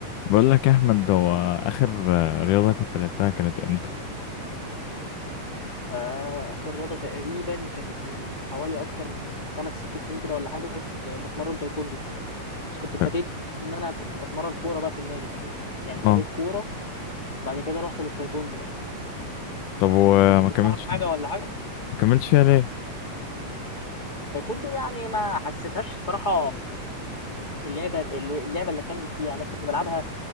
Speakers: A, on the left; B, on the left.
A: بقول لك يا احمد هو اخر آه، رياضه كنت لعبتها كانت امتى
B: آه، في الرياضة تقريبا كانت من حوالي أكتر من خمس ست سنين كده ولا حاجة كنت بتمرن تايكوندو بس كنت ابتديت
A: طيب.
B: إن أنا كنت بتمرن كورة بقى في النادي فاهم يعني ابتديت
A: اه
B: كورة بعد كده رحت للتايكوندو يعني
A: طب وما
B: كنت بتتمرن
A: كملتش
B: حاجة ولا حاجة
A: ما كملتش فيها ليه
B: تايكوندو يعني ما حسيتهاش الصراحة اللعبه اللعبه اللي اكمل فيها انا كنت بلعبها